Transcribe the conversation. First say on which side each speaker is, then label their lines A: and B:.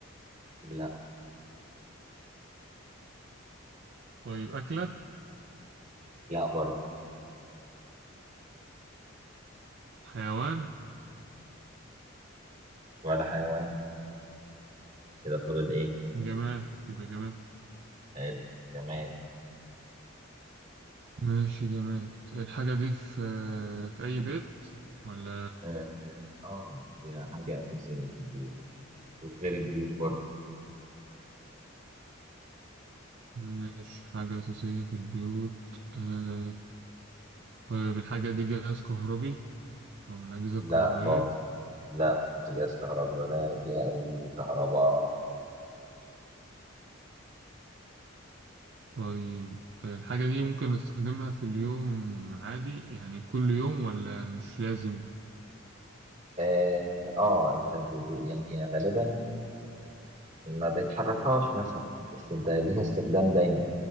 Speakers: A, on the right (about 30°); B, on the right (about 50°).
A: لا
B: طيب أكلة
A: لا برضه
B: حيوان
A: ولا حيوان كده فاضل ايه
B: جماد يبقى جماد
A: حلو جماد
B: ماشي جماد الحاجة دي في في أي بيت ولا
A: اه آه، دي حاجة أساسية في البيوت وفي غير البيوت برضه
B: مش حاجة أساسية في البيوت آه، طيب الحاجة دي جهاز كهربي أو من الأجهزة
A: لا
B: الكهربائية
A: خالص لا مش جهاز كهربي ولا فيها أي كهرباء
B: طيب الحاجة دي ممكن نستخدمها في اليوم عادي يعني كل يوم ولا مش لازم
A: اه, آه أنت ب- ب- يعني هي غالبا ما بتحركهاش مثلا بس أنت ليها استخدام دايما